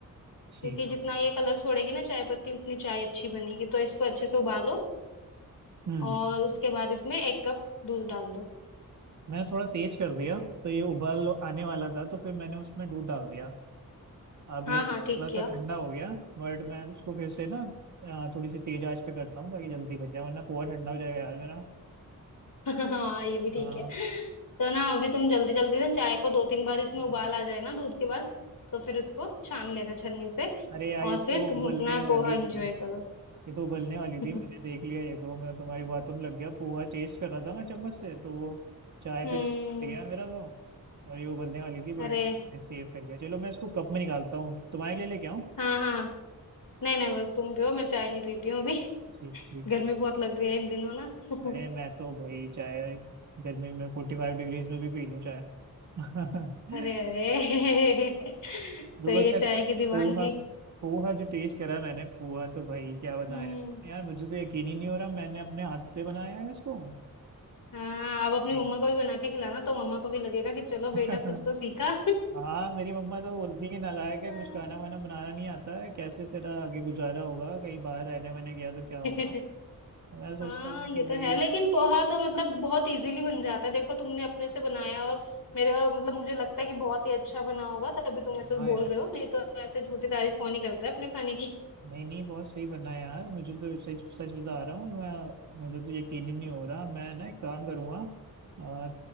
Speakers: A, on the left; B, on the right.
A: क्योंकि
B: ठीक
A: जितना
B: है
A: ये कलर छोड़ेगी ना चाय पत्ती उतनी चाय अच्छी बनेगी तो इसको अच्छे से उबालो
B: हम्म
A: और उसके बाद इसमें एक कप दूध डाल दो
B: मैंने थोड़ा तेज कर दिया तो ये उबाल आने वाला था तो फिर मैंने उसमें दूध डाल दिया अब
A: हाँ
B: ये थोड़ा
A: हाँ ठीक किया
B: सा ठंडा हो गया बट मैं उसको फिर से ना अ, थोड़ी सी तेज आंच पे करता हूँ ताकि जल्दी बन जाए वरना पोहा ठंडा हो जाएगा यार मेरा
A: <laughs> हाँ ये भी ठीक
B: हाँ
A: है तो ना अभी तुम जल्दी जल्दी ना चाय को दो तीन बार इसमें उबाल
B: हाँ।
A: आ जाए ना दूध के बाद तो फिर उसको छान लेना छन्नी से
B: अरे यार ये
A: और
B: तो
A: फिर तुम
B: उबलने
A: अपना
B: वाली
A: पोहा एंजॉय
B: थी
A: करो
B: ये तो उबलने वाली
A: <laughs>
B: थी मैंने देख लिया ये को मैं तुम्हारी बातों में लग गया पोहा टेस्ट कर रहा था मैं चम्मच से तो वो चाय
A: हम्म
B: पे ध्यान हट गया मेरा तो और ये उबलने वाली थी बट
A: अरे
B: सेफ कर लिया चलो मैं इसको कप में निकालता हूँ तुम्हारे लिए लेके आऊँ
A: हाँ हाँ नहीं नहीं बस तुम पियो मैं चाय नहीं पीती हूँ अभी <laughs>
B: ठीक ठीक
A: गर्मी
B: ठीक
A: बहुत लग रही है इन दिनों ना <laughs>
B: अरे मैं तो भाई चाय गर्मी में फोर्टी फाइव डिग्रीज में भी पी लूँ चाय <laughs>
A: अरे अरे <laughs>
B: रुको
A: सही
B: अच्छा
A: है चाय की दीवानगी
B: पोहा पोहा जो टेस्ट करा मैंने पोहा तो भाई क्या बताया
A: हम्म
B: यार मुझे तो यकीन ही नहीं हो रहा मैंने अपने हाथ से बनाया है इसको
A: हाँ अब अपनी
B: एक-
A: मम्मा को भी बना के खिलाना तो मम्मा को भी लगेगा कि चलो
B: <laughs>
A: बेटा कुछ तो सीखा
B: हाँ मेरी मम्मा तो बोलती है कि नालायक
A: हाँ
B: है कुछ खाना वाना बनाना नहीं आता है कैसे तेरा आगे गुजारा होगा कहीं बाहर रहने वहने गया तो क्या होगा
A: <laughs>
B: तो मैं सोचता
A: हाँ,
B: था कि
A: ये तो
B: भाई
A: है लेकिन पोहा तो मतलब बहुत इजीली बन जाता है देखो तुमने अपने से बनाया और मेरे मतलब मुझे लगता है कि बहुत ही अच्छा बना होगा तभी तुम ऐसे
B: हाँ यार
A: बोल रहे हो नहीं तो ऐसे झूठी तारीफ कौन ही करता है अपने खाने की
B: नहीं नहीं बहुत सही बना है यार मुझे तो सच सच बता रहा हूँ मैं मुझे तो यकीन ही नहीं हो रहा मैं ना एक काम करूँगा अ,